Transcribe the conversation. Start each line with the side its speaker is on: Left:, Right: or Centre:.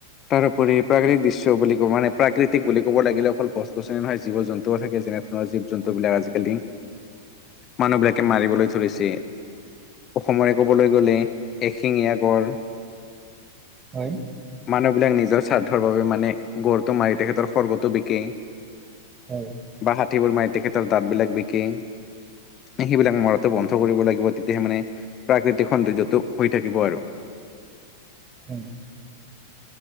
Left: তাৰোপৰি প্ৰাকৃতিক দৃশ্য বুলি ক, মানে প্ৰাকৃতিক বুলি ক'ব লাগিলে অকল গছ গছনি নহয় জীৱ জন্তুও থাকে, যেনে ধৰণৰ জীৱ জন্তুবিলাক আজিকালি মানুহ বিলাকে মাৰিবলৈ ধৰিছে অসমৰে ক'বলৈ গ'লে আশিঙীয়া গড়
Right: হয়
Left: মানুহ বিলাক নিজৰ স্বাৰ্থৰ বাবে মানে গড়টো মাৰি তেখেতৰ খৰ্গটো বিকে
Right: হম
Left: বা হাতীবোৰ মাৰি তেখেতৰ দাঁতবিলাক বিকে সেইবিলাক মৰাতে বন্ধ কৰিব লাগিব, তেতিয়াহে মানে প্ৰাকৃতিক সৌন্দৰ্যটো হৈ থাকিব আৰু।
Right: <inaudible>